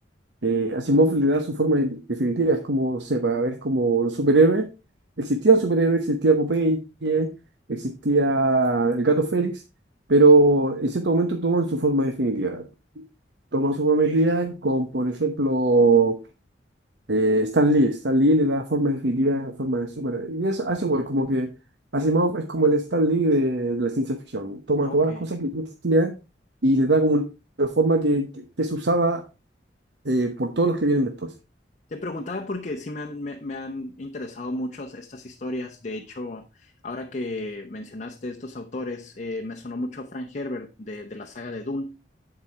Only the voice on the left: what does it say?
Ah,
ok.
Te preguntaba porque sí me han, me, me han interesado mucho estas historias. De hecho, ahora que mencionaste estos autores, eh, me sonó mucho Frank Herbert de, de la saga de Dune,